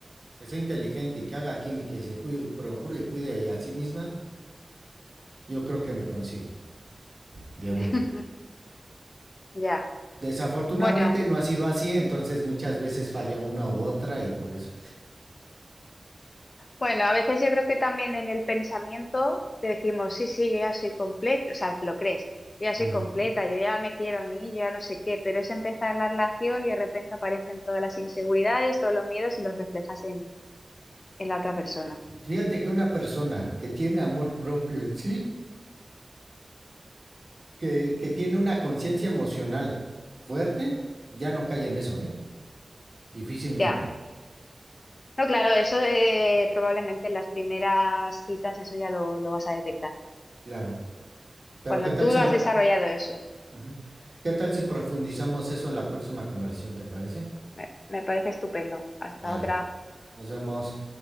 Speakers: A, on the right (about 45°); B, on the left (about 65°).
A: Que sea inteligente y que haga química y se cuide, procure y cuide a sí misma, yo creo que me consigue de
B: <laughs>
A: una.
B: Ya.
A: Desafortunadamente
B: Bueno,
A: no ha sido así, entonces muchas veces falla una u otra y por eso.
B: bueno, a veces yo creo que también en el pensamiento te decimos, sí, sí, yo ya soy completa, o sea, te lo crees, yo ya soy
A: Ujú.
B: completa, yo ya me quiero a mí, yo ya no sé qué, pero es empezar la relación y de repente aparecen todas las inseguridades, todos los miedos y los reflejas en, en la otra persona.
A: Fíjate que una persona que tiene amor propio en sí, que, que tiene una conciencia emocional fuerte, ya no cae en eso, ¿eh? Difícilmente,
B: Ya. No, claro, eso eh, probablemente en las primeras citas eso ya lo, lo vas a detectar.
A: claro. Pero
B: Cuando
A: ¿qué tal
B: tú
A: si
B: has
A: lo...
B: desarrollado eso,
A: Ujú. ¿Qué tal si profundizamos eso en la próxima conversación, te parece?
B: me, me parece estupendo. Hasta
A: Vale,
B: otra.
A: nos vemos.